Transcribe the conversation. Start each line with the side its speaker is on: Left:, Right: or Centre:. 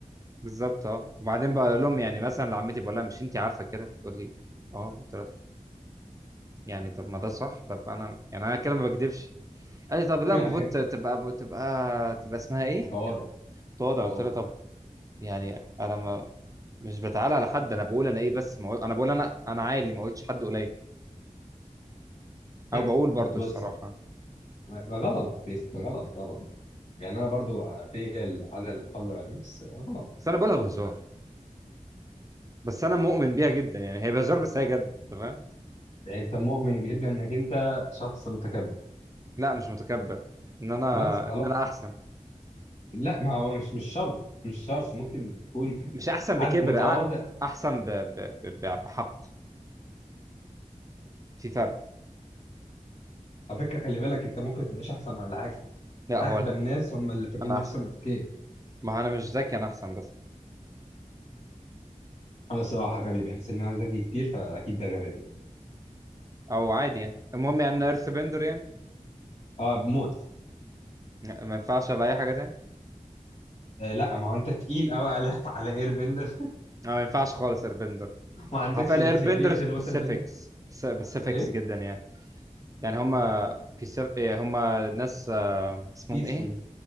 Right: بالظبط اه وبعدين بقول لهم يعني مثلا لعمتي بقول لها مش انت عارفه كده تقول لي اه قلت لها يعني طب ما ده صح طب انا يعني انا كده ما بكذبش قالت لي طب لا
Left: يعني
Right: المفروض ت- تبقى تبقى تبقى اسمها ايه
Left: <laughs> متواضع
Right: كانت تقعد
Left: متواضع
Right: قلت لها طب يعني انا ما مش بتعالى على حد انا بقول انا ايه بس ما أقول- انا بقول انا انا عالي ما قلتش حد قليل
Left: <laughs>
Right: او بقول برضو
Left: بص
Right: الصراحه
Left: ما- ما غلط يا اسطى غلط غلط يعني انا برضو في العاده القذره دي بس غلط
Right: بس انا بقولها بهزار بس انا مؤمن بيها جدا يعني هي بهزار بس هي جد انت فاهم
Left: يعني انت مؤمن جدا انك انت شخص متكبر
Right: لا مش متكبر ان انا
Left: بس غلط
Right: ان انا احسن
Left: لا ما هو مش مش شرط مش شرط ممكن تكون
Right: مش احسن
Left: حد
Right: بكبر
Left: متواضع
Right: أ- احسن ب... ب... ب... ب- بحق في فرق
Left: على فكره خلي بالك انت ممكن تبقاش احسن ولا حاجه
Right: لا
Left: اغبى
Right: هو ال-
Left: الناس هم اللي فاكرين
Right: انا
Left: نفسهم
Right: احسن
Left: اذكياء
Right: ما هو انا مش ذكي انا احسن بس
Left: انا الصراحه غبي بحس ان انا ذكي كتير فاكيد ده غباء يعني
Right: او عادي يعني المهم يعني انا ايرث بندر يعني
Left: اه موت
Right: لا، ما ينفعش ابقى اي حاجه تاني
Left: آه لا ما هو انت تقيل قوي على <laughs> على اير بندر
Right: أنا ما ينفعش خالص اير بندر
Left: ما عندكش
Right: عارفين الاير
Left: انسيابيه
Right: بندر سبيسيفيكس
Left: الوتر بندر
Right: سبيسيفيكس
Left: ايه
Right: جدا يعني يعني هم بيسف... هم ناس آه، اسمهم
Left: بيسفول
Right: ايه